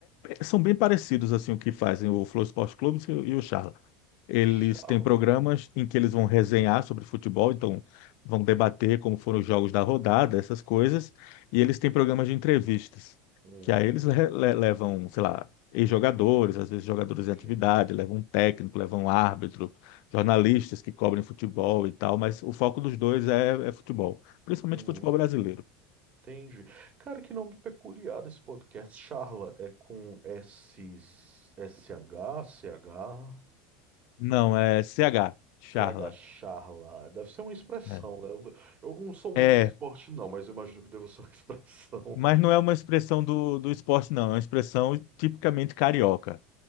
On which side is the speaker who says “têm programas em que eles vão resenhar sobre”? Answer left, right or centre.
Left